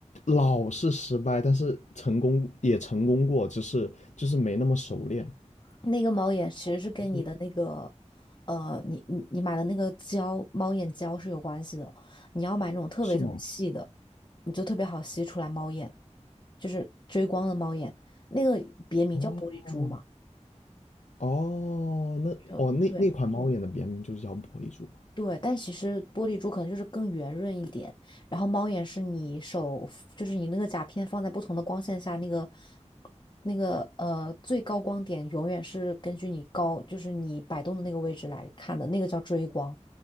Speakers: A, on the left (about 80°); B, on the left (about 40°).
A: 老是失败，但是成功也成功过，只是就是没那么熟练。
B: 那个猫眼其实是跟你的那个，
A: 就是
B: 呃，你你你买的那个胶猫眼胶是有关系的。你要买那种特别特别细的，
A: 是吗？
B: 你就特别好吸出来猫眼，就是追光的猫眼，那个别名叫玻璃珠嘛。
A: 哦哦，那哦那那款猫眼的别名就是叫玻璃珠吗
B: 就对，对，但其实玻璃珠可能就是更圆润一点，然后猫眼是你手，就是你那个甲片放在不同的光线下，那个那个呃最高光点永远是根据你高，就是你摆动的那个位置来看的，那个叫追光。